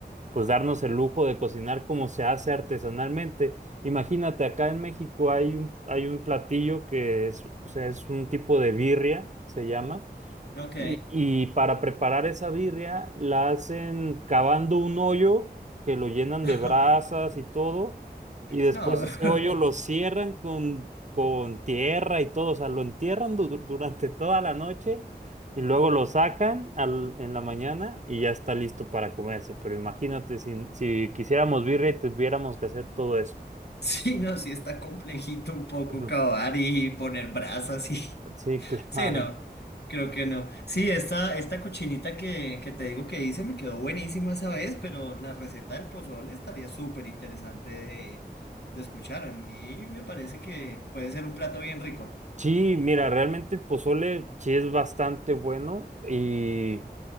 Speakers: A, on the right; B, on the left.
A: pues darnos el lujo de cocinar como se hace artesanalmente. Imagínate, acá en México hay un, hay un platillo que es, o sea, es un tipo de birria, se llama
B: Ok.
A: y, y para preparar esa birria la hacen cavando un hoyo que lo llenan
B: <laughs>
A: de brasas y todo, y después
B: No,
A: ese hoyo lo
B: <laughs>
A: cierran con, con tierra y todo, o sea, lo entierran du- durante toda la noche y luego lo sacan al- en la mañana y ya está listo para comerse. Pero imagínate si, si quisiéramos birria y tuviéramos que hacer todo eso.
B: sí, no, sí está complejito un poco
A: Ujú.
B: cavar
A: <laughs>
B: y poner brasas y
A: Sí, claro.
B: Sí, no, creo que no. Sí, esta, esta cochinita que, que te digo que hice me quedó buenísima esa vez, pero la receta del pozole estaría súper interesante de, de escuchar. A mí me parece que puede ser un plato bien rico.
A: Sí, mira, realmente el pozole sí es bastante bueno y...